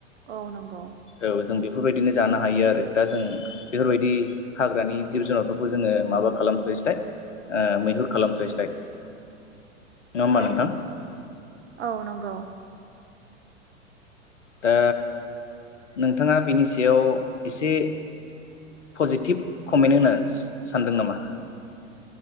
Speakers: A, on the right; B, on the left.
A: औ नंगौ
B: औ जों बेख बेफोरबायदिनो जानो हायो आरो दा जों बेफोरबायदि हाग्रानि जिब जुनारफोरखौ जोङो माबा खालामस्लाय मैहुर खालामस्लायस्लाय नङा होमबा
A: औ
B: नोंथां
A: औ नंगौ औ
B: दा नोंथाङा बिनि सायाव एसे पजिटिभ कमेन्ट होनो सानदों नामा